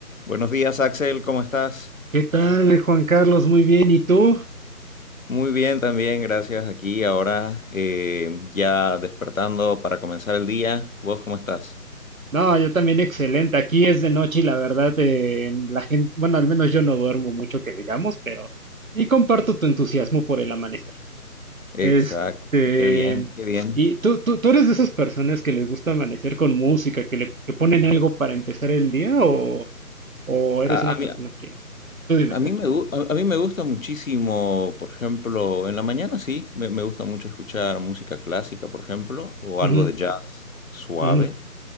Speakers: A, on the left; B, on the right.
A: Buenos días, Axel, ¿cómo estás?
B: ¿Qué tal, Juan Carlos? Muy bien, ¿y tú?
A: Muy bien, también, gracias. Aquí ahora eh, ya despertando para comenzar el día. ¿Vos cómo estás?
B: No, yo también excelente. Aquí es de noche y la verdad, eh, la gente, bueno, al menos yo no duermo mucho que digamos, pero y comparto tu entusiasmo por el amanecer.
A: Exacto,
B: Este,
A: y qué bien, qué bien.
B: y tú, tú, tú eres de esas personas que les gusta amanecer con música, que le que ponen algo para empezar el día, o, o eres
A: A,
B: una
A: a
B: persona
A: mí, a
B: que, tú dime. tú.
A: mí me, gu- a, a mí me gusta muchísimo, por ejemplo, en la mañana sí, me, me gusta mucho escuchar música clásica, por ejemplo, o
B: Ujú,
A: algo de jazz suave.
B: ujú,